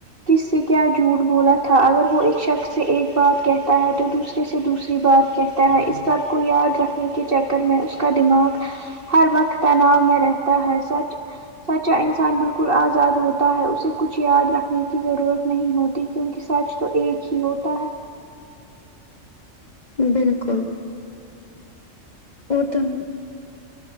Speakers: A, on the right; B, on the left.
A: کس سے کیا جھوٹ بولا تھا اگر وہ ایک شخص سے ایک بات کہتا ہے تو دوسرے سے دوسری بات کہتا ہے اس سب کو یاد رکھنے کے چکر میں اس کا دماغ ہر وقت تناؤ میں رہتا ہے سچ سچا انسان بالکل آزاد ہوتا ہے اسے کچھ یاد رکھنے کی ضرورت نہیں ہوتی کیونکہ سچ تو ایک ہی ہوتا ہے
B: بالکل اور تم